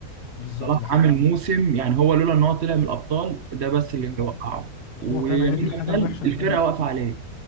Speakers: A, on the left; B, on the right.
A: بالظبط
B: صلاح
A: ده حقيقة
B: عامل موسم يعني هو لولا ان هو طلع من الابطال ده بس اللي
A: بالظبط
B: هيوقعه ويمين
A: هو فعلا هي دي الحاجة
B: يامال
A: الوحشة اللي
B: الفرقه
A: فعلا
B: واقفه عليه